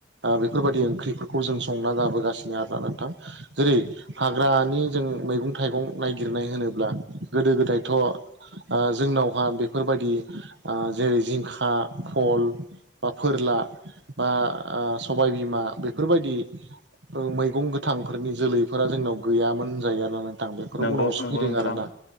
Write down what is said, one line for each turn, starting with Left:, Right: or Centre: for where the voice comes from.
Right: बेफोरबायदि ओंख्रिफोरखौ जों संना जाबोगासिनो आरोना नोंथां जेरै हाग्रानि जों मैगं थाइगं नायगिरनाय होनोब्ला गोदो गोदायथ' जोंनावहा बेफोरबायदि जेरै जिंखा बल बा फोरला बा सबायबिमा बे मैगं गोथांफोरनि जोलैफोरा जोंनाव गैयामोन होन जायो आरोोना नोंथां बे फोर
Left: नंगौ
Right: उनावसो
Left: नंगौ
Right: फैदों
Left: नोंथां
Right: आरोना